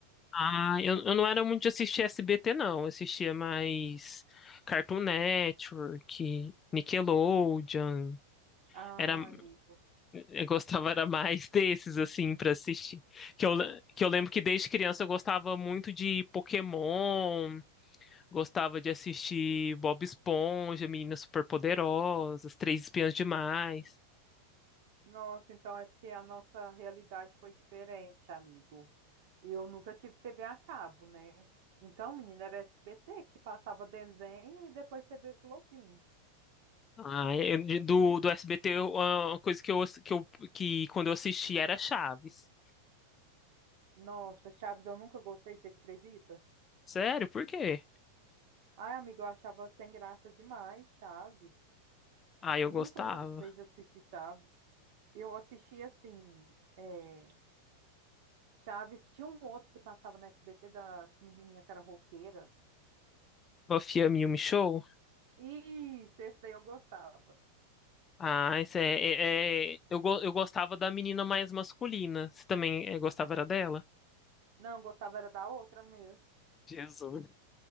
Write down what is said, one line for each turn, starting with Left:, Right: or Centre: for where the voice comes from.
Left: Ah, eu, eu não era muito de assistir SBT, não. Eu assistia mais Cartoon Network, Nickelodeon.
Right: Ah,
Left: Era,
Right: Nico.
Left: eu gostava era mais <laughs> desses, assim, pra assistir. Que eu, le- que eu lembro que desde criança eu gostava muito de Pokémon, gostava de assistir Bob Esponja, Meninas Superpoderosas, Três Espiãs Demais.
Right: Nossa, então é porque a nossa realidade foi diferente, amigo. Eu nunca tive TV a cabo, né? Então, menina, era SBT que passava desenho e depois TV Globinho.
Left: Ah, eu- de- do, do SBT, eu- uma coisa que eu, ass- que eu, que quando eu assistia era Chaves.
Right: Nossa, Chaves eu nunca gostei, você acredita?
Left: Sério, por quê?
Right: Ai, amigo, eu achava sem graça demais, Chaves.
Left: Ah, eu
Right: Nunca
Left: gostava.
Right: gostei de assistir Chaves. Eu assistia assim, é, Chaves, tinha um outro que passava na SBT das menininhas que era roqueira.
Left: Buffy a Yumi Show?
Right: Isso, esse daí eu gostava.
Left: Ah, isso é, é- é- eu, go- eu gostava da menina mais masculina. Você também eh, gostava era dela?
Right: Não, gostava era da outra mesmo.
Left: Jesus.